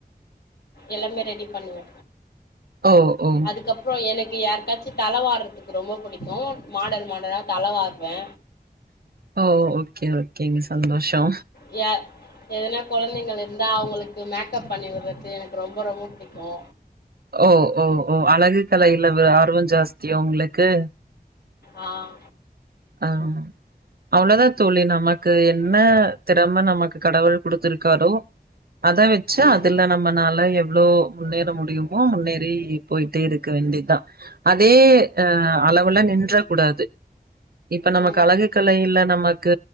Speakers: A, on the left (about 85°); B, on the right (about 70°).
A: எல்லாமே ரெடி பண்ணுவே
B: ஓ! ஓ!
A: அதுக்கப்புறௌ எனக் யாருக்காச்சி தல வாறதுக்கு ரொம்ப புடிக்கும் மாடல் மாடலா தல வாறுவே
B: ஓ ஓகே ஓகேங்க சந்தோஷோ
A: எயா எதனா கொழந்தைங்கலு இருந்தா அவுங்களுக்கு மேக்கப் பண்ணி விட்றது எனக்கு ரொம்ப ரொம்ப புடிக்கோ
B: ஓ ஓ ஓ அழகு கலையில ஆர்வோ ஜாஸ்தியா உங்களுக்கு
A: ஆஹ்
B: ஆஹ் அவ்ளோதா தோழி நமக்கு என்ன திறம நமக்கு கடவுள் குடுத்திருக்காரோ அத வெச்சு
A: ம்
B: அதுல நம்மளால எவ்வளோ முன்னேற முடியு போ முன்னேரி போயிட்டே இருக்க வேண்டிதா அதே அ அளவுல நின்ற கூடாது இப்ப நமக்கு
A: ம்
B: அழகு கலையில நமக்கு